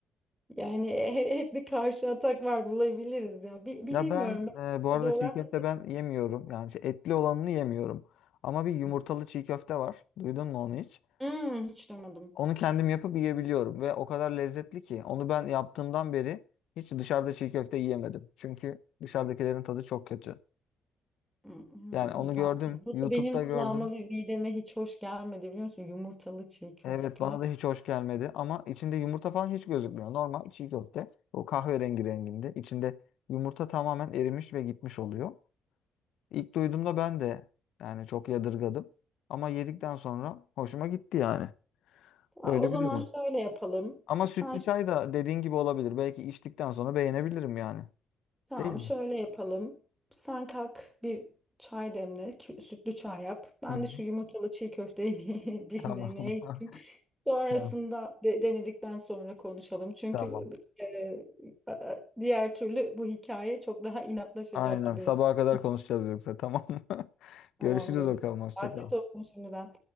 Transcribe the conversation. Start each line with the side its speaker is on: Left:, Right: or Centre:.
Centre: Yani he- hep bir karşı atak var bulabiliriz ya. Bi- bilemiyorum.
Left: Ya ben e, bu
Centre: Ben
Left: arada
Centre: coğrafya.
Left: çiğ köfte ben yemiyorum. Yani şey, etli olanını yemiyorum. Ama bir yumurtalı
Centre: Hı.
Left: çiğ köfte var. Duydun mu onu hiç?
Centre: Hmm, hiç duymadım.
Left: Onu kendim yapıp yiyebiliyorum ve o kadar lezzetli ki onu ben yaptığımdan beri hiç dışarıda çiğ köfte yiyemedim. Çünkü dışarıdakilerin tadı çok kötü.
Centre: Mhm.
Left: Yani onu gördüm,
Centre: Ben, bu
Left: YouTube'da
Centre: da benim kulağıma
Left: gördüm.
Centre: ve mideme hiç hoş gelmedi biliyor musun? Yumurtalı çiğ köfte.
Left: Evet bana da hiç hoş gelmedi ama içinde yumurta falan hiç gözükmüyor. Normal çiğ köfte o kahverengi renginde. İçinde yumurta tamamen erimiş ve gitmiş oluyor. İlk duyduğumda ben de yani çok yadırgadım. Ama yedikten sonra hoşuma gitti yani.
Centre: Ya,
Left: Öyle
Centre: o zaman
Left: bir durum.
Centre: şöyle yapalım.
Left: Ama sütlü
Centre: Sen ş-
Left: çay da dediğin gibi olabilir. Belki içtikten sonra beğenebilirim yani.
Centre: tamam
Left: Değil mi?
Centre: şöyle yapalım. Sen kalk bir çay demle, kü- sütlü çay yap. Ben
Left: Hı hı.
Centre: de şu yumurtalı çiğ köfteyi <laughs> bir, bir
Left: Tamam.
Centre: deneyeyim.
Left: <laughs>
Centre: Sonrasında
Left: Tamam.
Centre: de- denedikten sonra konuşalım. Çünkü
Left: Tamam.
Centre: e, a- diğer türlü bu hikaye çok daha inatlaşacak
Left: Aynen.
Centre: gibi.
Left: Sabaha kadar
Centre: <laughs>
Left: konuşacağız yoksa. Tamam mı? <laughs>
Centre: Tamamdır.
Left: Görüşürüz bakalım. Hoşça
Centre: Afiyet
Left: kal.
Centre: olsun şimdiden.